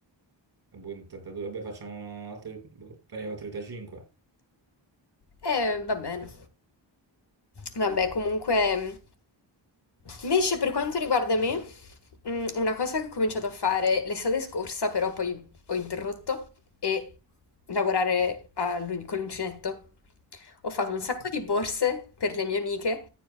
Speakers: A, on the right; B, on the left.
A: Boh, in 32, vabbè, facciamo altri, boh, tagliamo 35.
B: Eh, va bene. Vabbè, comunque, mh, invece per quanto riguarda me, mm, una cosa che ho cominciato a fare l'estate scorsa, però poi ho interrotto, è lavorare all'u- con l'uncinetto. Ho fatto un sacco di borse per le mie amiche